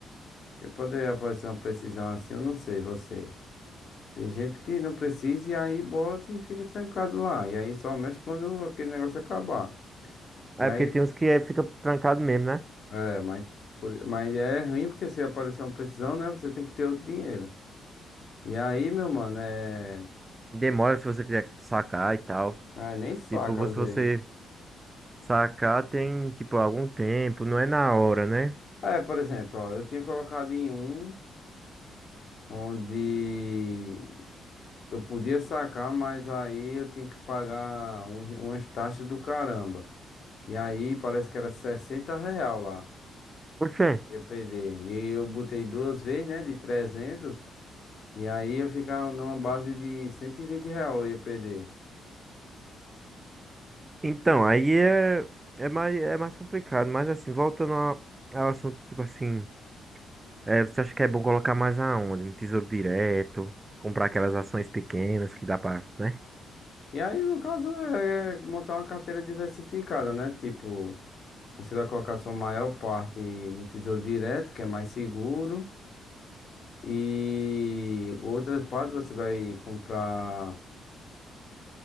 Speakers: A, on the left (about 50°); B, on the right (about 25°).
A: Porque poderia aparecer uma precisão assim, eu não sei, você. Tem gente que não precisa e aí bota e fica trancado lá. E aí só mexe quando aquele negócio acabar. E
B: É
A: aí,
B: porque tem uns que é, fica trancado mesmo, né?
A: é, mas, por- mas é ruim porque se aparecer uma precisão, né? Você tem que ter outro dinheiro. E aí, meu mano, é.
B: Demora se você quiser sacar e tal.
A: Ah, nem saca
B: Tipo,
A: às
B: se você
A: vezes.
B: sacar tem, tipo, algum tempo, não é na hora, né?
A: É, por exemplo, ó, eu tinha colocado em um. onde eu podia sacar, mas aí eu tinha que pagar um- umas taxas do caramba. E aí parece que era 60 real lá,
B: Oxê,
A: eu perder. E aí eu botei duas vezes, né, de 300. e aí eu ficar numa base de 120 real, eu ia perder.
B: Então, aí é, é mais, é mais complicado. Mas assim, voltando ao, ao assunto, tipo assim. É, você acha que é bom colocar mais aonde? No Tesouro Direto, comprar aquelas ações pequenas que dá pra, né?
A: E aí, no caso, é é montar uma carteira diversificada, né? Tipo, você vai colocar sua maior parte no Tesouro Direto, que é mais seguro, e outras partes você vai comprar